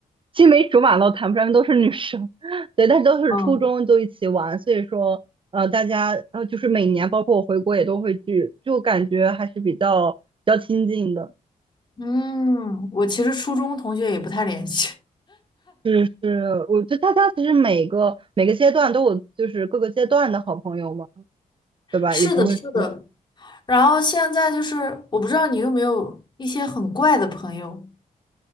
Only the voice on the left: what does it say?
嗯
嗯，我其实初中同学也不太联系。
<laughs>
是的，
是的。然后现在就是，我不知道你有没有一些很怪的朋友，